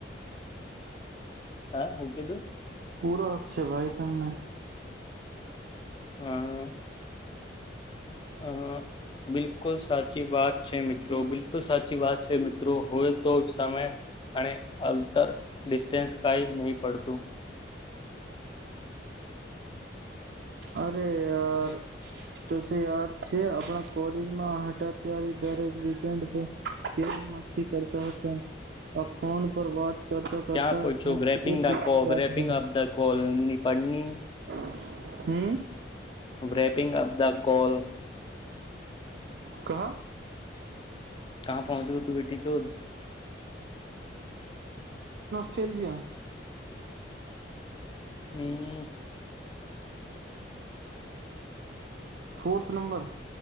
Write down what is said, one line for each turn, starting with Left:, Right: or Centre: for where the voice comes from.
Left: હા હું કીધું?
Right: પૂરો હક છે ભાઈ તમને
Left: હા. હા બિલકુલ સાચી વાત છે મિત્રો બિલકુલ સાચી વાત છે મિત્રો હોય તો સમય અને અંતર સ કઈ નહી પડતું.
Right: અરે યાર તો યાદ છે આપણા કોલેજમાં હટા ત્યારે દરેક વન્ડ પર કેલી મસ્તી કરતા હતા આ ફોન પર વાત કરતા કરતા
Left: ક્યાં પહોંચો
Right: <unintelligible>
Left: wrapping the call wrapping up the call ની પડની
Right: હમ્મ.
Left: રેપિંગ અપ ધ કોલ
Right: કહ
Left: કા પહોંચીયો તુ <unintelligible>
Right: ચેમ જ્યાં
Left: હમ્મ.
Right: Fourth number.